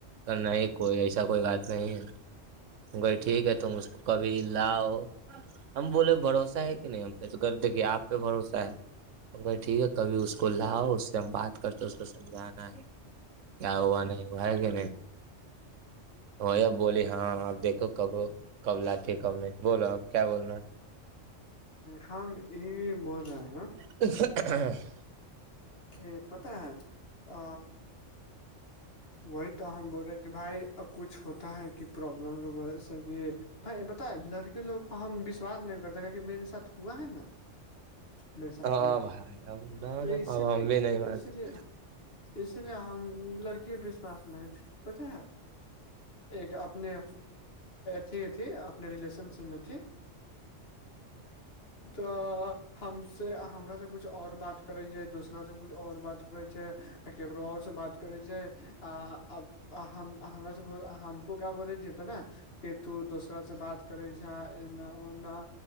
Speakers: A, on the right (about 80°); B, on the left (about 50°).
A: اور نہیں کوئی ایسا کوئی بات نہیں ہے وہی ٹھیک ہے تم اس کبھی لاؤ ہم بولے بھروسہ ہے کہ نہیں ہم پہ تو کہہ رہے تھے آپ پے بھروسہ ہے تو بھائی ٹھیک ہے کبھی اس کو لاؤ اس سے ہم بات کرتے اس کو سمجھانا ہے کیا ہوا نہیں ہوا ہے کہ نہیں وہی اب بولی ہاں آپ دیکھو کب کب لاتی ہے کب نہیں بولو اب کیا بولنا ہے
B: ہم یہ بول رہے ہیں
A: <inaudible>
B: کہ پتآ ہے آ وہی تو ہم بول رہے کہ بھائی کچھ ہوتا ہے کہ پرابلم کی وجہ سے کہ بھائی بتا لڑکے لوگ کو ہم وشواس نہیں کرتے کہ کہ میرے ساتھ ہوا ہے نا میرے ساتھ
A: ہاں بھائی اب نہ
B: تو اسی
A: نا اب
B: لیے
A: ہم بھی نہیں بات
B: اسی لیے اسی لیے ہم لڑکی وشواس نہیں پتا ہے ایک اپنے تھی اپنے ریلیشن شپ میں تھی تو ہم سے ہمرے سے کچھ اور بات کر رہی ہے دوسرا سے کچھ اور بات کر رہی ہے کیکروں اور سے بات کرے اب سے ہمرا سے ہم کو کیا بول رہے تھی پتا کہ تو دوسرا سے بات کرے ہے نا